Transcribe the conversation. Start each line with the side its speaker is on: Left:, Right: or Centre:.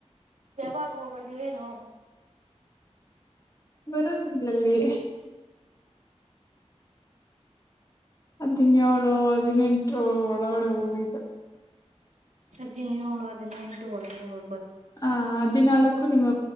Right: ಯಾವಾಗ ಹೋಗೋದು ಏನು
Left: ಬಾರೋ ತಿಂಗಳಲಿ ಹದಿನೇಳಳು ಹದಿನೆಂಟರು ಒಳಗಡೆ ಹೋಗ್
Right: ಅದ್ನ ನೀ ಹಳು ಅದನ್ನ ಎಂಟು ಒಳಗೆ ಹು
Left: ಹ ಹದಿನಾಲ್ಕು ನಿಮ್ಮ